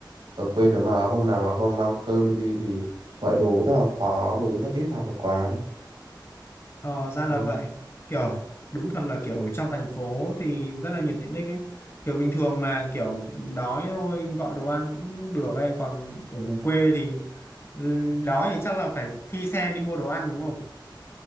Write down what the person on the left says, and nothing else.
ờ, ra là
vậy kiểu đúng thật là kiểu ở trong thành phố thì rất là nhiều tiện ích ấy kiểu bình thường mà kiểu đói thôi gọi đồ ăn cũng được ấy còn ở vùng quê thì ừ, đói thì chắc là phải phi xe đi mua đồ ăn đúng không